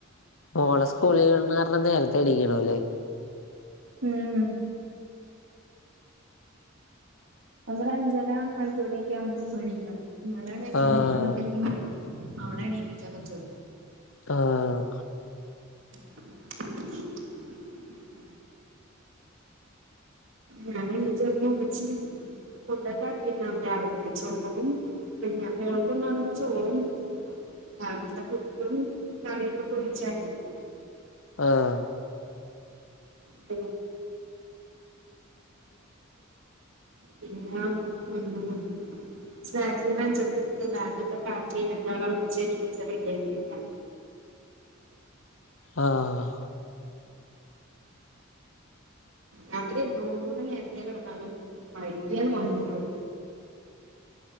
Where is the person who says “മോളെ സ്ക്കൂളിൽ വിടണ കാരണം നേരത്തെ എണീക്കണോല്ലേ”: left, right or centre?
Left